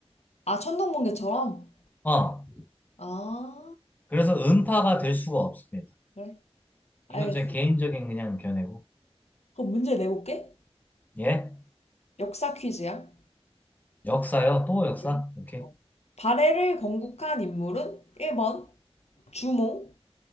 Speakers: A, on the left; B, on the left.
A: 아, 천둥번개처럼?
B: 어.
A: 아,
B: 그래서 음파가 될 수가 없습니다.
A: 그래. 알겠어.
B: 이건 제 개인적인 그냥 견해고.
A: 그럼 문제 내볼게.
B: 예.
A: 역사 퀴즈야.
B: 역사요? 또 역사?
A: 네.
B: 오케이.
A: 어. 발해를 건국한 인물은 1번 주몽,